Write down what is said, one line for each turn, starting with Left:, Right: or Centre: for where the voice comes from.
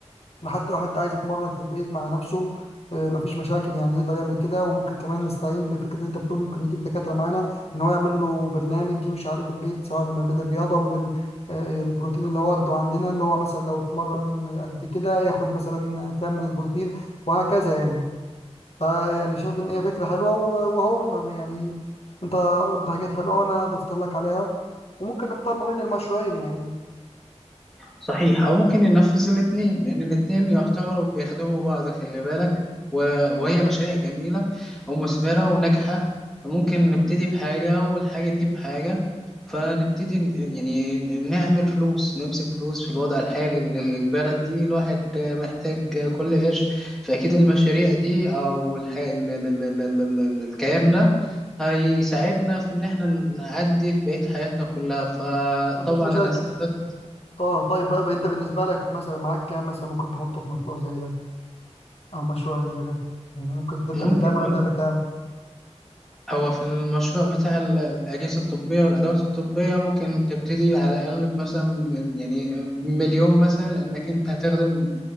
Left: حتى لو حد عايز يتمرن في البيت مع نفسه آه، مفيش مشاكل يعني يقدر يعمل كده وممكن كمان نستعين بفكره اللي انت بتقول ممكن نجيب دكاتره معانا ان هو يعمل له برنامج يمشي عليه في البيت سواء ما بين الرياضه وما بين آه، البروتين اللي هو واخده عندنا اللي هو مثلا لو اتمرن قد كده ياخد مثلا كام من البروتين وهكذا يعني فيعني شايف ان هي فكره حلوه و- وهو احنا يعني انت قلت حاجات حلوه وانا ضفت لك عليها وممكن نختار ما بين المشروعين يعني
Centre: صحيح او ممكن ينفذ الاثنين لان الاثنين يعتبروا بيخدموا بعض خلي بالك و... وهي مشاريع جميله ومثمره وناجحه ممكن نبتدي بحاجه والحاجه تجيب حاجه فنبتدي ن- يعني نعمل فلوس نمسك فلوس في الوضع الحالي لل- للبلد دي الواحد محتاج كل قرش فاكيد المشاريع دي او الح... ال... ال... ال... ال... ال... ال- الكيان ده هيساعدنا في ان احنا نعدي في بقية حياتنا كلها فطبعا
Left: مفيش مشاكل
Centre: انا استفدت
Left: طيب طيب بقى انت بالنسبه لك مثلا معاك كام مثلا ممكن تحطه في مشروع زي ده او مشروعين زي ده يعني ممكن تبدا
Centre: ممكن
Left: بكام وانا ابدا بكام
Centre: هو في المشروع بتاع ال- الأجهزة الطبية والأدوات الطبية ممكن تبتدي على الأقل مثلا من- يعني مليون مثلا لأنك أنت هتخدم